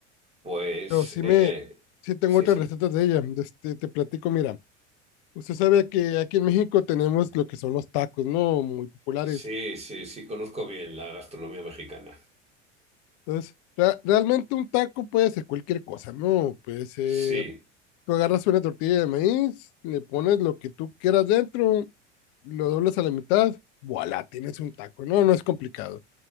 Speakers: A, on the right (about 15°); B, on the left (about 40°).
A: Pues
B: Pero sí
A: eh,
B: me, sí tengo
A: sí,
B: otras
A: sí.
B: recetas de ella. de Este, te platico, mira. Usted sabe que aquí en México tenemos lo que son los tacos, ¿no? Muy populares.
A: Sí, sí, sí, conozco bien la gastronomía mexicana.
B: Entonces, ra- realmente un taco puede ser cualquier cosa, ¿no? Puede ser
A: Sí,
B: Tú agarras una tortilla de maíz, le pones lo que tú quieras dentro, lo doblas a la mitad, voilà, tienes un taco. No, no es complicado.